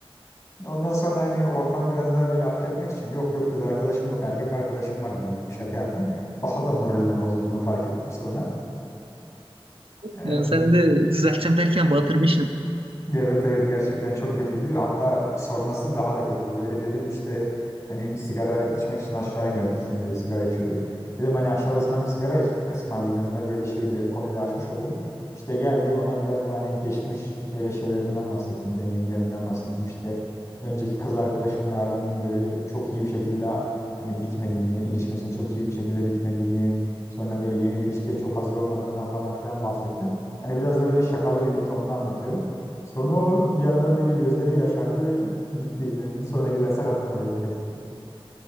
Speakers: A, on the left; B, on the right.
A: ondan sonra hani ortam biraz daha böyle hafifletmek için yok yok kız arkadaşım yok erkek arkadaşım var dedim. Hani bir şaka yaptım. Daha da moralinin bozulduğunu fark ettim sonra. Ee,
B: Ya sen de düzelteceğim derken batırmışsın.
A: Evet evet gerçekten çok kötüydü. Hatta sonrası daha da kötü. Böyle dedim işte hani sigara içmek için aşağı iniyorduk ikimiz de sigara içiyorduk. Dedim hani aşağıda sana bir sigara is- ısmarlayayım hem de böyle şeyi de konuyu da açmış olurum. İşte geldi ona biraz da hani geçmiş böyle şeylerimden bahsettim, deneyimlerimden bahsettim. İşte önceki kız arkadaşımla aramın böyle çok iyi bir şekilde hani bitmediğini, ilişkimizin çok iyi bir şekilde bitmediğini, sonra böyle yeni bir ilişkiye çok hazır olmadığımdan falan filan bahsettim. Hani biraz da böyle şakalı bir tonda anlatıyorum. Sonra o bir anda böyle gözleri yaşardı ve gitti. Yani sonraki derse katılmadı evine gitti.